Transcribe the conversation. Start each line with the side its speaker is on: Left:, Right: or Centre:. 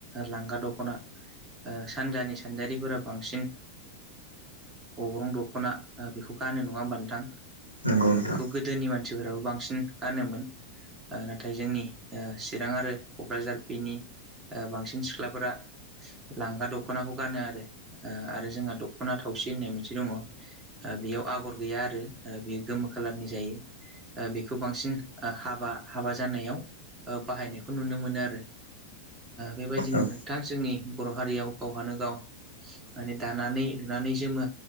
Right: लांगा दख'ना सानजानि सानजारिफोरा बांसिन ओ अग्रं दख'ना बेखौ गानोनो नङा होमबा नोंथां
Left: नंगौ नोंथां
Right: बेखौ गोदोनि मानसिफोराबो बांसिन गानोमोन। नाथाय जोंनि चिरां आरो क'क्राझार बिनि बांसिन सिख्लाफोरा लांगा दख'नाखौ गानो आरो आरो जोंहा दख'ना थावसि होननाय मोनसे दङ। बेयाव आगर गैया आरो बेयो गोमो खालारनि जायो। ओ बेखौ बांसिन हाबा हाबा जानायाव बाहायनायखौ नुनो मोनो आरो बेबायदिनो
Left: औ
Right: नोंथां जोंनि बर' हारियाव। गावहानो गाव माने दानानै लुनानै जोमो